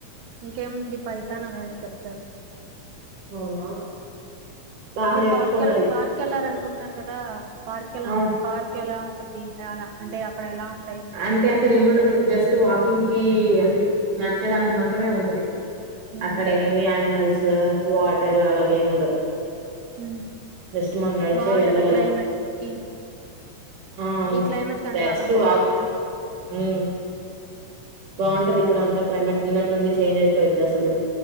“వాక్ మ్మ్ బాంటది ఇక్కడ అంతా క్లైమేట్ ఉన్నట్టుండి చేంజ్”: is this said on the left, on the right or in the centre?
Right